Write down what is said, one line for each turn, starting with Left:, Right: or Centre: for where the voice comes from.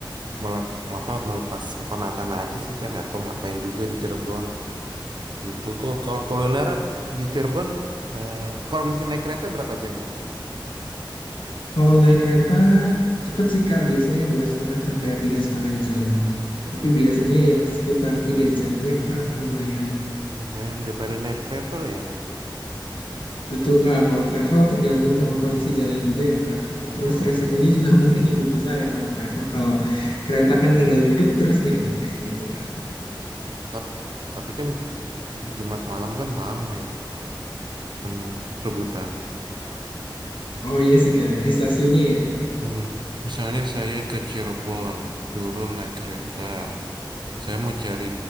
Right: melep, apa melepas kepenatan aja sih kak nggak tahu ngapain juga di Cirebon itu kok kalau kuliner di Cirebon eh, kalau misalnya naik kereta berapa jam itu kak?
Left: Kalau naik kereta cepet sih Kak, biasanya dua setengah sampai tiga setengah jam.
Right: Lu
Left: Tapi
Right: cepet
Left: biasanya
Right: ya?
Left: ya sekitar tiga jam, iya Kak, lumayan.
Right: Lumayan daripada naik travel ya.
Left: Betul Kak, kalau travel tergantung sama kondisi jalan juga ya Kak.
Right: Hmm.
Left: Terus resikonya juga <laughs> mungkin lebih besar ya kalau travel. Kalau kereta kan tinggal duduk terus nyampe gitu Kak.
Right: Tap- Tapi kan Jumat malam kan rame penuh rebutan.
Left: Oh iya sih Kak, ya. di stasiunnya ya Kak.
Right: Hmm. Misalnya saya ke Cirebon turun naik kereta, saya mau cari